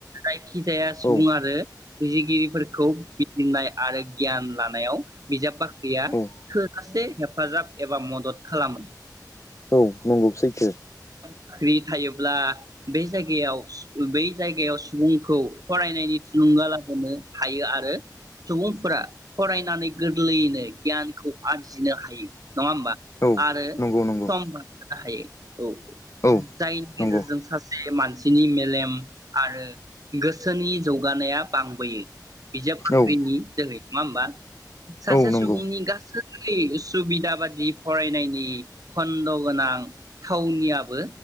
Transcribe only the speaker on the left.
औ
औ
औ नंगौ सैथो।
औ
नंगौ नंगौ
औ
नंगौ
औ
औ नंगौ